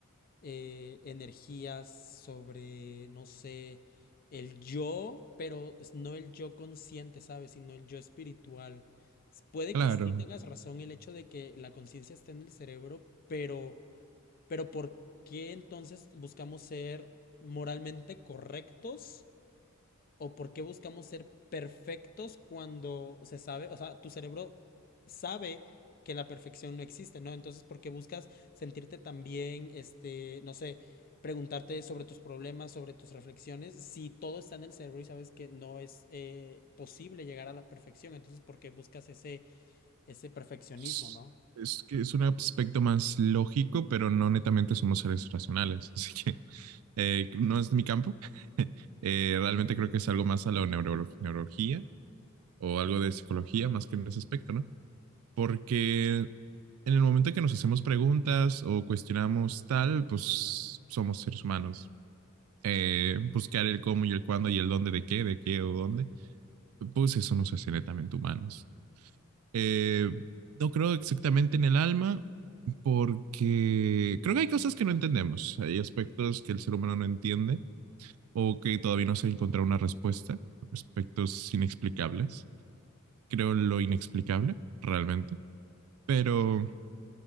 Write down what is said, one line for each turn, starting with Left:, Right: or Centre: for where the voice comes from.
Left: eh, energías, sobre, no sé, el yo, pero es- no el yo consciente, ¿sabes? Sino el yo espiritual. S- Puede
Right: Claro.
Left: que sí tengas razón el hecho de que la conciencia esté en el cerebro, pero, pero ¿por qué entonces buscamos ser moralmente correctos? o por qué buscamos ser perfectos cuando se sabe, o sea, tu cerebro sabe que la perfección no existe, ¿no? Entonces, ¿por qué buscas sentirte tan bien, este, no sé, preguntarte sobre tus problemas, sobre tus reflexiones, si todo está en el cerebro y sabes que no es eh, posible llegar a la perfección? Entonces, ¿por qué buscas ese, ese perfeccionismo,
Right: Es
Left: ¿no?
Right: es que es un aspecto más lógico, pero no netamente somos seres racionales. <laughs> Así que eh, no es mi campo. <laughs> Eh, realmente creo que es algo más a la neuro- neurología o algo de psicología más que en ese aspecto, ¿no? Porque en el momento que nos hacemos preguntas o cuestionamos tal, pues somos seres humanos. eh, buscar el cómo y el cuándo y el dónde de qué, de qué o dónde, pues eso nos hace netamente humanos. Eh, no creo exactamente en el alma porque creo que hay cosas que no entendemos, hay aspectos que el ser humano no entiende o que todavía no se ha encontrado una respuesta, aspectos inexplicables. Creo en lo inexplicable realmente, pero